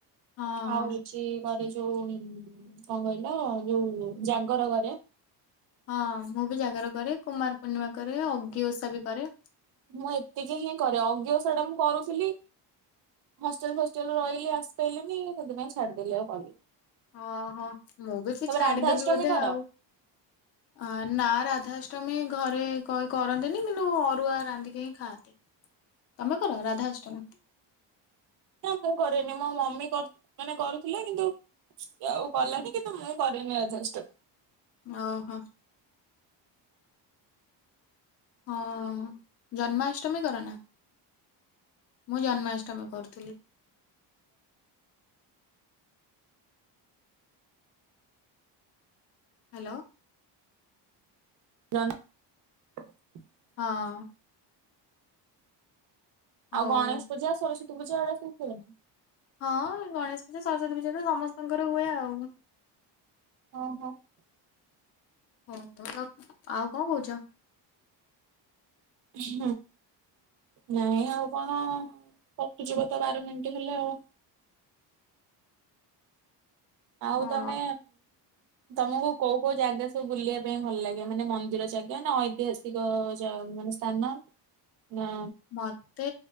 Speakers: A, on the left; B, on the right.
A: ହଁ ହଁ।
B: ଆଉ ହଉଛି ଘରେ ଯୋଉ କଣ କହିଲ ଯୋଉ ଜାଙ୍ଗର କରେ
A: ହଁ ମୁଁ ବି ଜାଗର କରେ କୁମାର ପୂର୍ଣ୍ଣିମା କରେ ଅଗ୍ଗି ଓଷା ବି କରେ
B: ମୁଁ ଏତିକି ହିଁ କରେ ଅଜ୍ଞ ସୋରଟା ମୁଁ କରୁଥିଲି ହଷ୍ଟେଲ ଫଷ୍ଟେଲ ରହିଲି ଆସି ପାରଲିନି ସେଥିପାଇଁ ଛାଡିଦେଲି ଆଉ କଲି
A: ଓହୋ ମୁଁ ବି ସେ ଛାଡିଦେବି
B: ରାଧାଷ୍ଟମୀ
A: ବୋଧେ
B: କର?
A: ଆଉ
B: <inaudible>
A: ଅ ନା ରାଧାଷ୍ଟମୀ ଘରେ କହି କରନ୍ତିନି କିନ୍ତୁ ଅରୁଆ ରାନ୍ଧିକି ହିଁ ଖାଆନ୍ତି
B: <inaudible>
A: ତମେ କର ରାଧା ଅଷ୍ଟମୀ
B: ମୁଁ କରେନି ମୋ ମମି ମାନେ କରୁଥିଲେ କିନ୍ତୁ ଆଉ ଗଲଣି କିନ୍ତୁ ମୁଁ କରେନି ଆଡଜଷ୍ଟ
A: ଓହୋ ହଁ ଜନ୍ମାଷ୍ଟମୀ କରନା ମୁଁ ଜନ୍ମାଷ୍ଟମୀ କରୁଥିଲି ହ୍ୟାଲୋ
B: <unintelligible>
A: ହଁ। ହଉ।
B: ଆଉ ଗଣେଶ ପୂଜା, ସରସ୍ଵତୀ ପୂଜା ଏଗୁଡ଼ା ସବୁ? <unintelligible>
A: ହଁ ଗଣେଶ ପୂଜା ସରସ୍ଵତୀ ପୂଜା ତ ସମସ୍ତଙ୍କର ହୁଏ ଆଉ।
B: ଓହୋଃ।
A: ହଉ <unintelligible> ଆଉ କଣ କହୁଛ?
B: ହୁଁ ନାଇଁ ଆଉ କଣ କଟିଯିବ ତ ବାର ମିନିଟ ହେଲେ ଆଉ। ଆଉ
A: ହଁ
B: ତମେ ତମକୁ କୋଉ କୋଉ ଜାଗା ସବୁ ବୁଲିବା ପାଇଁ ଭଲ ଲାଗେ ମାନେ ମନ୍ଦିର ଜାଗା ନା ଐତିହାସିକ ମାନେ ସ୍ଥାନ ନା
A: ମତେ